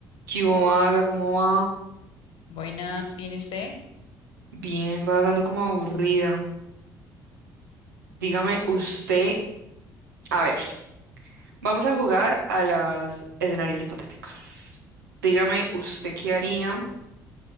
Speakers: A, on the right (about 80°); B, on the left (about 55°).
A: ¿Qué hubo, vaga? ¿Cómo va?
B: Buenas, ¿viene usted?
A: Bien, vagando como aburrida. Dígame usted, a ver, vamos a jugar a los escenarios hipotéticos. Dígame usted qué haría